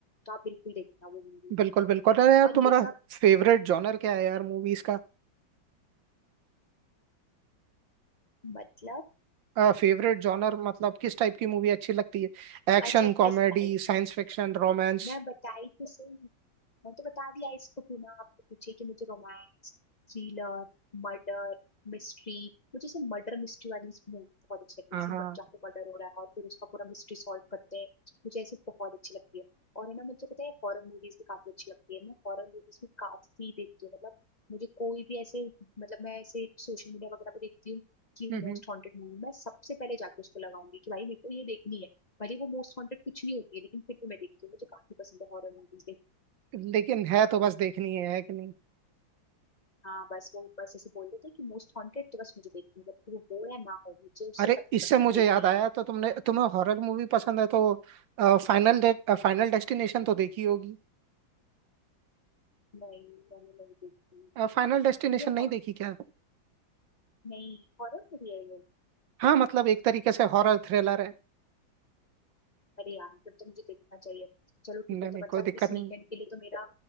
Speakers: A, on the left; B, on the right.
A: तो आप बिल्कुल देखना वो मूवी
B: बिल्कुल बिल्कुल अरे यार
A: और
B: तुम्हारा
A: ये सब
B: फेवरेट जॉनर क्या है यार मूवीज का
A: मतलब
B: फेवरेट जॉनर मतलब किस टाइप की मूवी अच्छी लगती है Action
A: अच्छा
B: comedy
A: किस टाइप की
B: science fiction romance
A: मैं बताई तो सही मैं तो बता दिया इसको बिना आपको पूछे कि मुझे रोमांस थ्रिलर मर्डर मिस्ट्री मुझे ऐसे मर्डर मिस्ट्री वाली मूवी बहुत अच्छी लगती
B: हाँ
A: है जैसे
B: हाँ
A: मर जाके मर्डर हो रहा है और फिर उसका पूरा मिस्ट्री सॉल्व करते हैं मुझे ऐसी बहुत अच्छी लगती है और है ना मुझे पता है हॉरर मूवीज भी काफी अच्छी लगती है मैं हॉरर मूवीज भी काफी देखती हूँ मतलब मुझे कोई भी ऐसे मतलब मैं ऐसे सोशल मीडिया वगैरह पे देखती हूँ कि
B: <laughs> हम्म,
A: मोस्ट हॉन्टेड मूवी मैं सबसे पहले जाके उसको लगाऊंगी कि भाई मेरे को ये देखनी है भले वो मोस्ट हॉन्टेड कुछ नहीं होती है लेकिन फिर भी मैं देखती हूँ मुझे काफी पसंद है हॉरर मूवीज
B: हम्म। लेकिन है तो बस देखनी है है कि
A: हाँ बस वो बस ऐसे बोल देते कि मोस्ट हॉन्टेड तो बस मुझे देखनी है जब वो हो या ना हो मुझे उससे
B: अरे
A: फर्क नहीं
B: इससे
A: पड़ता
B: मुझे
A: बस देखनी
B: याद आया
A: है
B: तो तुमने तुम्हें हॉरर मूवी पसंद है तो फाइनल फाइनल डेस्टिनेशन तो देखी होगी
A: नहीं मैंने नहीं देखी
B: फाइनल डेस्टिनेशन
A: ये
B: नहीं
A: हॉर
B: देखी क्या
A: नहीं हॉरर मूवी है ये
B: हाँ मतलब एक तरीके से हॉरर थ्रिलर है
A: अरे यार फिर तो मुझे देखना चाहिए चलो ठीक
B: नहीं
A: है
B: नहीं
A: तो मतलब
B: कोई दिक्कत
A: इस वीकेंड
B: नहीं
A: के लिए तो मेरा